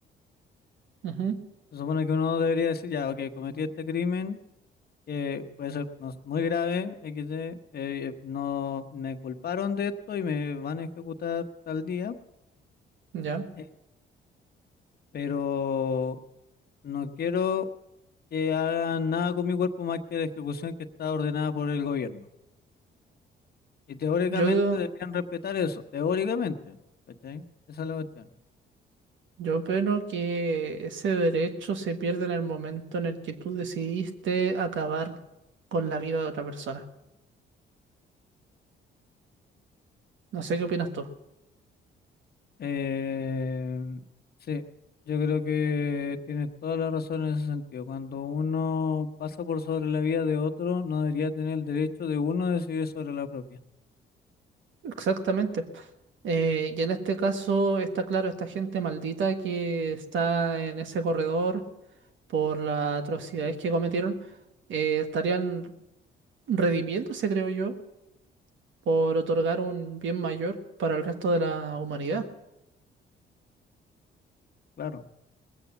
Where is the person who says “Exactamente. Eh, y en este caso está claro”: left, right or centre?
Right